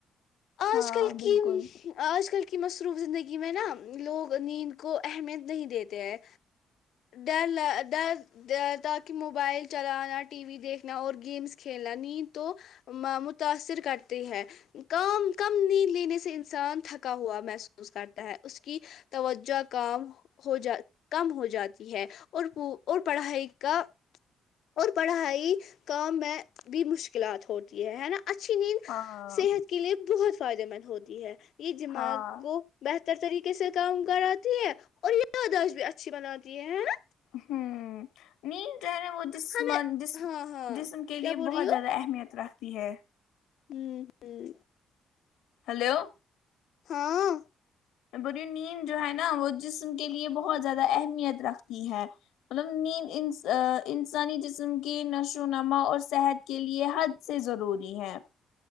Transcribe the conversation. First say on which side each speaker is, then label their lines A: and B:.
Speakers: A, on the left; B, on the left.
A: آج
B: ہاں
A: کل
B: بالکل
A: کی آج کل کی مصروف زندگی میں نا لوگ نیند کو اہمیت نہیں دیتے ہیں ڈر ڈر تاکہ موبائل چلانا ٹی وی دیکھنا اور گیمس کھیلنا نیند تو متاثر کرتی ہے کام کم نیند لینے سے انسان تھکا ہوا محسوس کرتا ہے اس کی توجہ کام ہو جا کم ہو جاتی ہے اور وہ اور پڑھائی کا اور پڑھائی کام میں بھی مشکلات ہوتی ہے ہے نا اچھی نیند
B: ہاں
A: صحت کے لیے بہت فائدے مند ہوتی ہے اس دماغ
B: ہاں
A: کو بہتر بتر طریقے سے کام کراتی ہے اور یاداشت بھی اچھی بناتی ہے نا
B: ہوں نیند جو ن وہ جسم
A: ہمیں
B: جسم
A: ہاں ہاں
B: جسم کے لیے
A: کیا بول
B: بہت
A: رہی ہو
B: زیادہ اہمیت رکھ ہے
A: ہوں ہوں
B: ہلو
A: ہاں
B: بولیے نیند جو ہے نا وہ جسم کے لیے بہت زیادہ اہمیت رکھتی ہے مطلب نیند انسانی جسم کے نشو و نما اور صحت کے لیے حد سے ضروری ہے